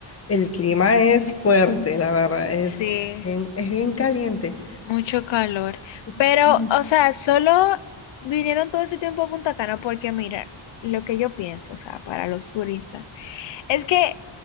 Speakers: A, on the left (about 30°); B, on the left (about 70°).
A: El clima es fuerte, la verdad, es
B: sí,
A: bien, es bien caliente.
B: mucho calor.
A: Sí,
B: Pero, o sea, solo vinieron todo ese tiempo a Punta Cana porque, mira, lo que yo pienso, o sea, para los turistas, es que